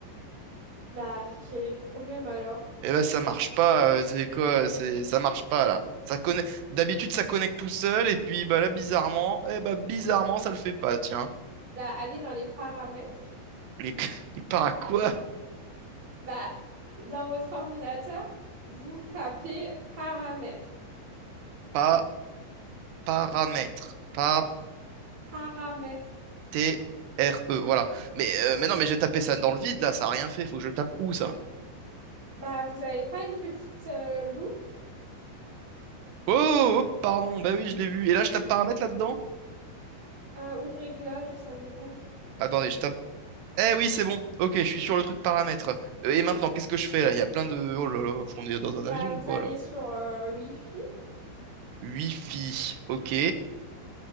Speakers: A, on the right; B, on the right.
A: Bah, quel est le problème alors?
B: Et là, ça marche pas, euh, c'est quoi? C'est... Ça marche pas, là. Ça connecte... D'habitude, ça connecte tout seul, et puis, bah, là, bizarrement, eh bah, bizarrement, ça le fait pas, tiens.
A: Bah, allez dans les paramètres.
B: Les, les para quoi?
A: Bah, dans votre ordinateur, vous tapez paramètres.
B: Pas paramètres. Pas
A: Paramètres.
B: T-R-E. Voilà. Mais, euh, mais non, mais j'ai tapé ça dans le vide là, ça a rien fait. Faut que je tape où ça?
A: Bah, vous avez pas une petite euh, loupe
B: Oh, oh, pardon, bah oui, je l'ai vu. Et là, je tape paramètres là-dedans?
A: euh, ou réglage, ça dépend.
B: Attendez, je tape. Eh oui, c'est bon. Ok, je suis sur le truc paramètres. Euh, Et maintenant, qu'est-ce que je fais là? Il y a plein de. Oh là là, on est dans un
A: Bah,
B: avion
A: vous
B: ou quoi
A: allez
B: là?
A: sur euh, Wi-Fi
B: Wi-Fi. Ok.